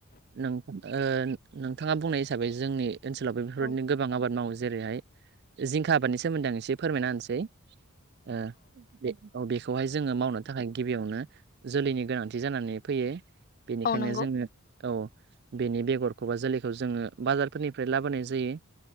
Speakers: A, on the right; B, on the left.
A: नोंथां नोंथाङा बुंनाय हिसाबै जोंनि ओनसोलाव बेफोरबायदि
B: औ
A: गोबां आबाद मावो जायो। जेरैहाय जिंखा आबादनि सोमोन्दै आं एसे फोरमायना होनसै। ओ बे औ बेखौहाय जोङो मावनो थाखाय गिबियावनो जोलैनि गोनांथि जानानै फैयो बेनिखायनो
B: औ नंगौ
A: जोङो औ बेनि बेगरखौबा जोलैखौ जोङो बाजारफोरनिफ्राय लाबोनाय जायो।